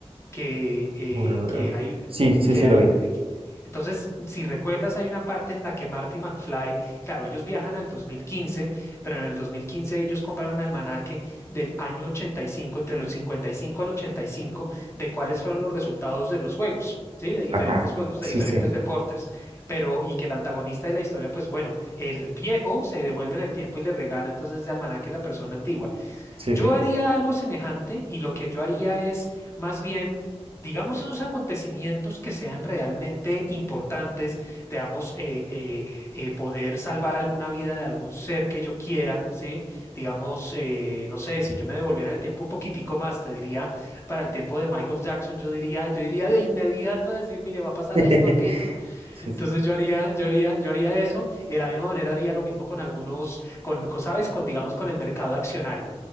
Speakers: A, on the left (about 25°); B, on the right (about 60°).
A: que, eh,
B: Volver.
A: que hay,
B: Sí, sí,
A: que
B: sí,
A: hay,
B: lo vi.
A: que- entonces, si recuerdas, hay una parte en la que Marty McFly, claro, ellos viajan al 2015, pero en el 2015 ellos compran un almanaque del año 85, entre los 55 al 85, de cuáles fueron los resultados de los juegos, ¿sí? De diferentes
B: Ajá,
A: juegos,
B: sí,
A: de diferentes
B: sí,
A: deportes, pero y que el antagonista de la historia, pues bueno, el viejo se devuelve en el tiempo y le regala entonces ese almanaque a la persona antigua.
B: sí,
A: Yo
B: sí.
A: haría algo semejante y lo que yo haría es más bien, digamos, esos acontecimientos que sean realmente importantes, digamos, eh, eh, eh, poder salvar alguna vida de algún ser que yo quiera, ¿sí? Digamos, eh, no sé, si yo me devolviera en el tiempo un poquitico más, te diría, para el tiempo de Michael Jackson, yo diría, yo diría de inmediato a decir, mire, va a pasar
B: <laughs>
A: esto, aquello
B: Sí,
A: entonces
B: sí.
A: yo haría, yo haría, yo haría eso y de la misma manera haría lo mismo con algunos, con, co- ¿sabes? Con, digamos, con el mercado accionario.